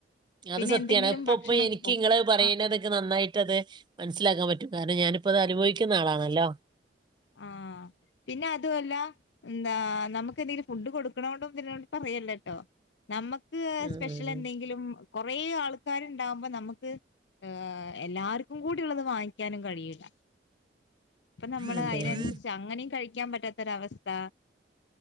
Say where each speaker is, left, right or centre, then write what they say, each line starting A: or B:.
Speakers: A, on the right; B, on the left.
A: അത്
B: പിന്നെ
A: സത്യാണ്
B: എന്തെങ്കിലും
A: ഇപ്പം
B: ഭക്ഷണം
A: ഇപ്പം എനിക്ക് ഇങ്ങള് അത് പറയണത്
B: ആഹ്
A: ക്ക് നന്നായിട്ട് അത് മനസ്സിലാക്കാൻ പറ്റും കാരണം ഞാനിപ്പോ അത് അനുഭവിക്കുന്ന ആളാണല്ലോ.
B: ആഹ് പിന്നെ അതു അല്ല എന്താ നമുക്ക് എന്തെങ്കിലും ഫുഡ് കൊടുക്ക്ണോണ്ടുംഇതിനോ ണ്ടും പറയല്ലട്ടോ. നമ്മക്ക്
A: ഉം
B: സ്പെഷ്യൽ എന്തെങ്കിലും കൊറേ ആൾക്കാരുണ്ടാവുമ്പോ നമ്മക്ക് ഏഹ് എല്ലാർക്കും കൂടി ഉള്ളത് വാങ്ങിക്കാനും കഴിയില്ല അപ്പൊ നമ്മള്
A: അതെ
B: അയി
A: അതെ.
B: ട്ട് അങ്ങനെയും കഴിക്കാൻ പറ്റാത്തൊരവസ്ഥ